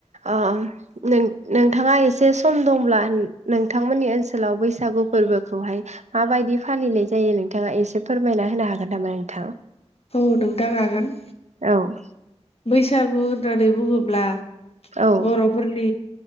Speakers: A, on the right; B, on the left.
A: ओम नों- नोंथाङा एसे सम दंब्ला नोंथांमोननि ओनसोलाव बैसागु फोरबोखौहाय माबायदि फालिनाय जायो नोंथाङा एसे फोरमायना होनो हागोन नामा नोंथां?
B: औ नोंथां हागोन।
A: औ।
B: बैसागु होननानै बुङोब्ला
A: औ
B: बर'फोरनि